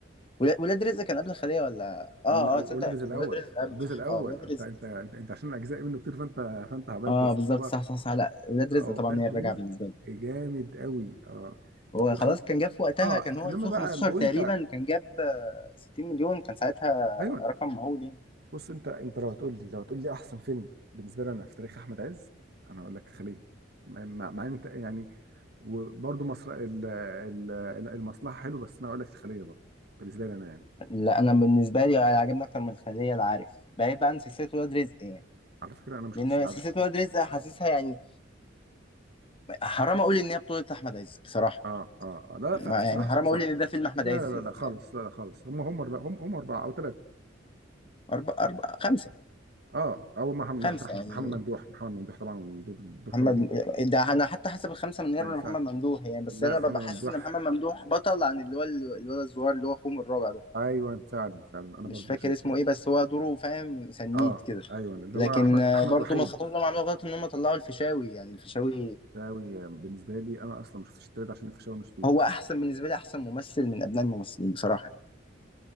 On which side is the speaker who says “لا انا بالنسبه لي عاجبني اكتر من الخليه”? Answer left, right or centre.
Left